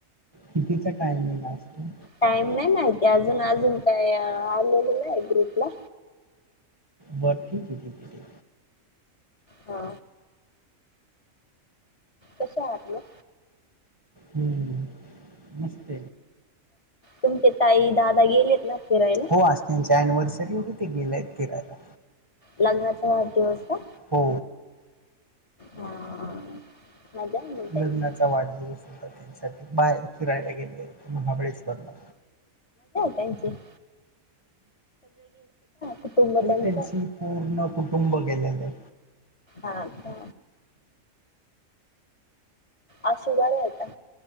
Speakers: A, on the right; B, on the left.
A: कितीचा टाइम गेला असता.
B: टाईम नाही माहीती अजून अजून काय आलेलं नाही ग्रुपला
A: बरं ठीक आहे ठीक आहे ठीक
B: हा कसे आहात.
A: हम्म मस्त
B: तुमचे ताई दादा गेलेत ना. फिरायला
A: हो आज त्यांच्या एनिव्हर्सरी होते ते गेलेय फिरायला.
B: लग्नाचा वाढदिवस का
A: हो
B: हा मजा आहे मग
A: लग्नाचा
B: त्यांची
A: वाढदिवस होता त्यांच्या बाहेर फिरायला गेलेत. महाबळेश्वरला
B: थकू <inaudible> कुटुंब
A: हो
B: त्यांचं
A: त्यांची पूर्ण कुटुंब गेलेले.
B: अच्छा आशु घरी आहे आता.